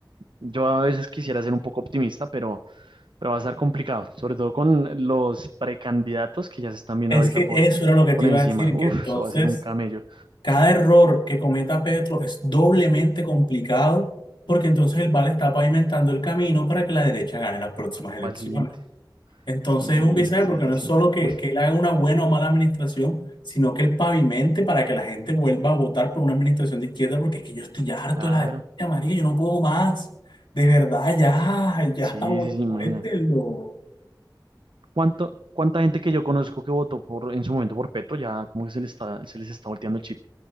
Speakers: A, on the right; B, on the left.
A: yo a veces quisiera ser un poco optimista, pero pero va a estar complicado, sobre todo con los precandidatos que ya se están viendo
B: es
A: ahorita
B: que
A: por,
B: eso era lo que
A: por
B: te iba
A: encima.
B: a decir,
A: Uf,
B: que entonces
A: eso va a ser un camello
B: cada error que cometa Petro es doblemente complicado porque entonces el VAR está pavimentando el camino para que la derecha gane las próximas elecciones.
A: para el siguiente.
B: Entonces
A: Sí,
B: es un visaje
A: sí,
B: porque
A: sí,
B: no
A: sí.
B: es solo que,
A: Uy,
B: que él haga una buena o mala administración, sino que él pavimente para que la gente vuelva a votar por una administración de izquierda, porque es que yo estoy harto
A: claro.
B: de la derecha, marica, yo no puedo más. De verdad, ya, <laughs> ya,
A: Sí,
B: güey,
A: sí, sí, imagínate.
B: cuéntenlo.
A: ¿Cuánto, cuánta gente que yo conozco que votó por, en su momento por Petro ya como que se les está, se les está volteando el chip?